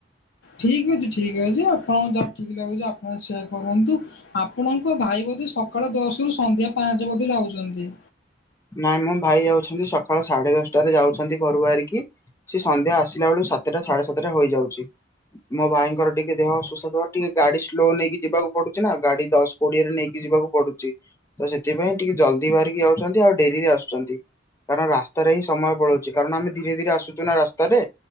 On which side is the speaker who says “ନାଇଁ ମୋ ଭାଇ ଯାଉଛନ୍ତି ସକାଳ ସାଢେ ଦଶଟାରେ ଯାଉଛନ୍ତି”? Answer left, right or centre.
Left